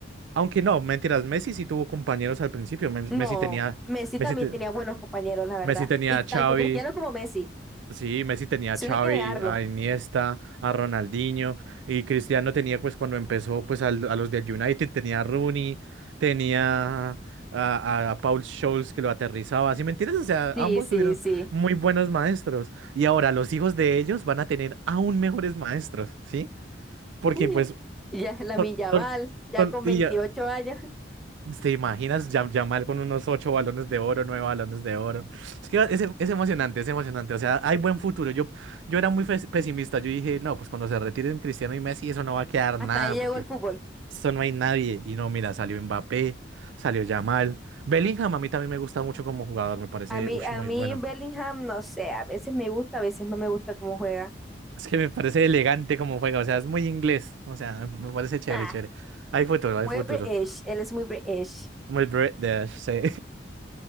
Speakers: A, on the right; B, in the centre.
A: Aunque no, mentiras, Messi sí tuvo compañeros al principio. Men-
B: No,
A: Messi tenía.
B: Messi
A: Messi,
B: también
A: te-
B: tenía buenos compañeros, la verdad.
A: Messi tenía
B: Y
A: a Xavi.
B: tanto Cristiano como Messi.
A: Sí, Messi tenía
B: Si
A: a Xavi,
B: no hay que negarlo.
A: a Iniesta, a Ronaldinho y Cristiano tenía pues cuando empezó pues al- a los del United tenía a Rooney, tenía a, a- a Paul Scholes que lo aterrizaba, ¿sí me entiendes? O sea, ambos
B: Sí, sí,
A: tuvieron
B: sí.
A: muy buenos maestros y ahora los hijos de ellos van a tener aún mejores maestros, ¿sí?
B: <laughs>
A: Porque pues
B: Ya Lamine
A: son,
B: Yamal,
A: son-
B: ya
A: son-
B: con
A: y,
B: 28 años,
A: ¿Te imaginas Ya- Yamal con unos ocho balones de oro, nueve balones de oro? Es que es, es emocionante, es emocionante. O sea, hay buen futuro. Yo, yo era muy pes- pesimista. Yo dije, no, pues cuando se retiren Cristiano y Messi, eso no va a
B: <laughs>
A: quedar
B: hasta
A: nada,
B: ahí llegó
A: porque
B: el fútbol.
A: eso no hay nadie. Y no, mira, salió Mbappé, salió Yamal. Bellingham a mí también me gusta mucho como jugador, me parece
B: A mí,
A: ush,
B: a
A: muy
B: mí
A: bueno.
B: Bellingham, no sé, a veces me gusta, a veces no me gusta cómo juega.
A: Es que me parece elegante como juega, o sea, es muy inglés. O sea, me parece chévere,
B: Ah,
A: chévere. Hay futuro, hay
B: muy
A: futuro.
B: British, él es muy British.
A: Muy British, sí.